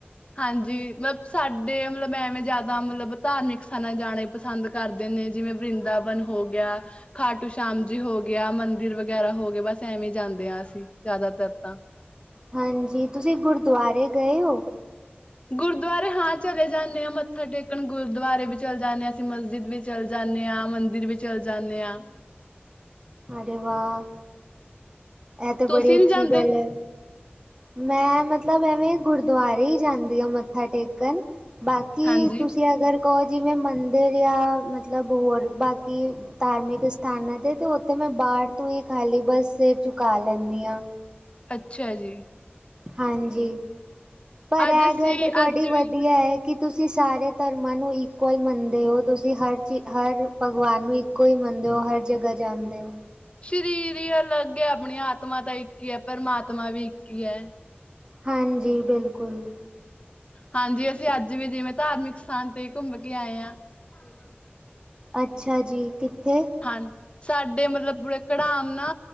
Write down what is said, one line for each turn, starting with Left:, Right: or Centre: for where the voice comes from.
Left: ਹਾਂਜੀ ਮਤਲਬ ਸਾਡੇ ਮਤਲਬ ਐਵੇਂ ਜੈਦਾ ਮਤਲਬ ਧਾਰਮਿਕ ਸਥਾਨਾਂ ਜਾਣਾ ਈ ਪਸੰਦ ਕਰਦੇ ਨੇ ਜਿਵੇਂ ਵਰਿੰਦਾਵਨ ਹੋ ਗਿਆ। ਖਾਟੂ ਸ਼ਾਮ ਜੀ ਹੋ ਗਿਆ, ਮੰਦਿਰ ਵਗੈਰਾ ਹੋ ਗਏ ਬਸ ਐਵੇਂ ਜਾਂਦੇ ਆ ਅਸੀਂ ਜੈਦਾਤਰ ਤਾਂ।
Right: ਹਾਂਜੀ, ਤੁਸੀਂ ਗੁਰਦੁਆਰੇ ਗਏ ਓ?
Left: ਗੁਰਦੁਆਰੇ ਹਾਂ ਚਲੇ ਜਾਨੇ ਆ ਮੱਥਾ ਟੇਕਣ ਗੁਰਦੁਆਰੇ ਵੀ ਚਲੇ ਜਾਨੇ ਆ ਅਸੀਂ ਮਸਜਿਦ ਵਿੱਚ ਚੱਲ ਜਾਨੇ ਆ, ਮੰਦਿਰ ਵੀ ਚੱਲ ਜਾਨੇ ਆ।
Right: ਅਰੇੇ ਵਾ! ਐ ਤੇ
Left: ਤੁਸੀਂ
Right: ਬੜੀ ਅੱਛੀ
Left: ਨਹੀਂ ਜਾਂਦੇ
Right: ਗੱਲ ਐ, ਮੈਂ ਮਤਲਬ ਐਵੇਂ ਗੁਰਦੁਆਰੇ ਈ ਜਾਂਦੀ ਆ ਮੱਥਾ ਟੇਕਣ ਬਾਕੀ
Left: ਹਾਂਜੀ
Right: ਤੁਸੀਂ ਅਗਰ ਕੋ ਜਿਵੇਂ ਮੰਦਿਰ ਯਾ ਮਤਲਬ ਹੋਰ ਬਾਕੀ ਧਾਰਮਿਕ ਸਥਾਨਾਂ ਤੇ ਤੇ ਓੱਥੇ ਮੈਂ ਬਾਰ ਤੋਂ ਈ ਖਾਲੀ ਬੱਸ ਸਿਰ ਚੁਕਾ ਲੈਨੀ ਆ।
Left: ਅੱਛਾ ਜੀ।
Right: ਹਾਂਜੀ, ਪਰ
Left: ਅੱਜ
Right: ਐ
Left: ਅਸੀਂ
Right: ਗੱਲ ਤੇ ਤੁਆਡੀ
Left: ਅੱਜ
Right: ਵਦੀਆ
Left: ਵੀ
Right: ਐ ਕਿ ਤੁਸੀਂ ਸਾਰੇ ਧਰਮਾਂ ਨੂੰ ਇਕੁਅਲ ਮੰਨਦੇ ਓ ਤੁਸੀਂ ਹਰ ਚੀਜ ਹਰ ਭਗਵਾਨ ਨੂੰ ਇੱਕੋ ਈ ਮੰਨਦੇ ਓ ਹਰ ਜਗਾ ਜਾਂਦੇ ਓ।
Left: ਸ਼ਰੀਰ ਈ ਅਲੱਗ ਐ ਆਪਣੀ ਆਤਮਾ ਤਾਂ ਇੱਕ ਈ ਐ, ਪਰਮਾਤਮਾ ਵੀ ਇੱਕ ਈ ਐ।
Right: ਹਾਂਜੀ ਬਿਲਕੁਲ।
Left: ਹਾਂਜੀ ਅਸੀਂ ਅੱਜ ਵੀ ਜਿਵੇਂ ਧਾਰਮਿਕ ਸਥਾਨ ਤੇ ਘੁੰਮ ਕੇ ਆਏ ਆ। <inaudible>
Right: ਅੱਛਾ ਜੀ, ਕਿੱਥੇ?
Left: ਹਾਂ, ਸਾਡੇ ਮਤਲਬ ਪਰੇ ਕੜਾਮ ਨਾ